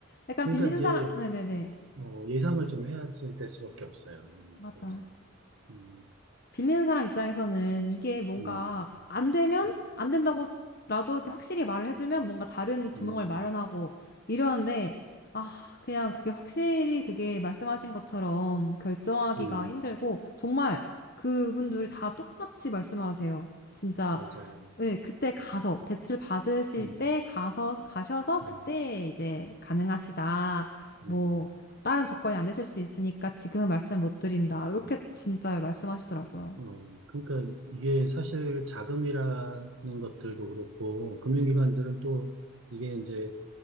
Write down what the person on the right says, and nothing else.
그러니까
이제
어, 예상을 좀 해야지 될 수밖에 없어요. 예,
맞아요. 음,
음,
음,
음,
음,
맞아요.
음,
음,
네.
음.
어, 그러니까 이게 사실 자금이라는 것들도 그렇고 금융기관들은 또 이게 이제